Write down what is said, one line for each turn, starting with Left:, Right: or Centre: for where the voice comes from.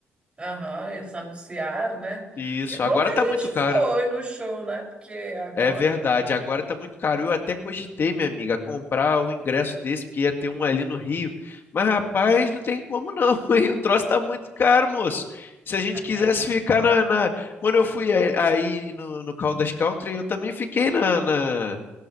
Right: Aham, eles anunciaram, né?
Left: Isso,
Right: Que bom
Left: agora
Right: que a
Left: tá
Right: gente
Left: muito caro.
Right: foi no show, né? Porque agora
Left: É verdade, agora tá muito caro. Eu até cogitei, minha amiga, comprar o ingresso desse, porque ia ter um ali no Rio. Mas, rapaz, não tem como não, <laughs> hein? O troço tá muito caro, moço. Se a gente
Right: tá
Left: quisesse
Right: caro.
Left: ficar na, na- Quando eu fui aí aí no, no Caldas Country, eu também fiquei na, na-